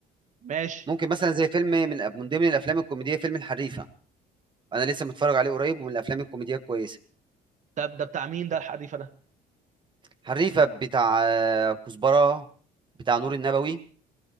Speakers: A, on the right; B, on the right.
A: ماشي
B: ممكن مثلا زي فيلم من من ضمن الافلام الكوميديه فيلم الحريفه انا لسه متفرج عليه قريب ومن الافلام الكوميديه الكويسه
A: ده ده بتاع مين ده الحديث ده
B: حريفه بتاع آه، كزبره بتاع نور النبوي